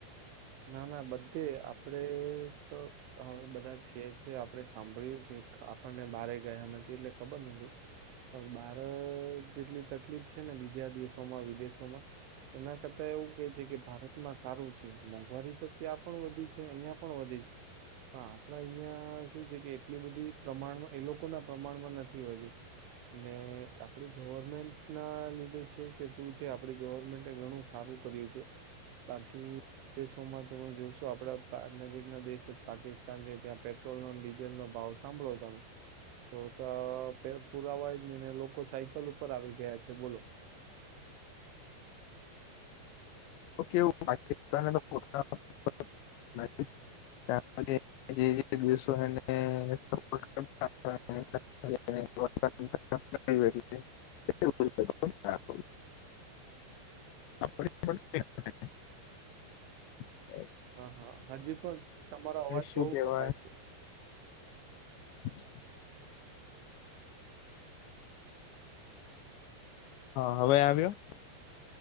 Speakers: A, on the right (about 80°); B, on the left (about 75°).
A: ના ના બધે આપડે તો હવે બધા કે છે. જે આપડે સાંભળ્યું છે. <inaudible> પણને બારે ગયા નથી એટલે ખબર નથી પણ બાર જેટલી તકલીફ છે ને બીજા દેશોમાં, વિદેશોમાં એના કરતા એવું કે છે કે ભારતમાં સારું છે. મોંઘવારી તો ત્યાં પણ વધી છે અહિયાં પણ વધી, પણ આપડા અહિયાયા શું છે કે એટલી બધી પ્રમાણમાં એ લોકોના પ્રમાણમાં નથી વધી, ને આપડી ગવર્મેન્ટના લીધે છે કે શું છે આપડી ગવર્મેન્ટ ઘણું સારું કર્યું છે, બાકી દેશોમાં તમે જોશો આપડા પા નજીક ના દેશ જ પાકિસ્તાન છે ત્યાં પેટ્રોલનો ને ડીઝલનો ભાવ સાંભળો તમે, તોતા પુરાવાય જ નહી ને લોકો સાયકલ ઉપર આવી ગયા છે બોલો.
B: <inaudible> તો કેવું પાકિસ્તાન <unintelligible> દેશો <unintelligible> આપદે પણ <unintelligible>
A: હ હ હજી પણ તમારો અવાજ
B: શું
A: બહુ
B: કેવાય
A: કપાય છે.
B: <inaudible> હા હવે આવ્યો?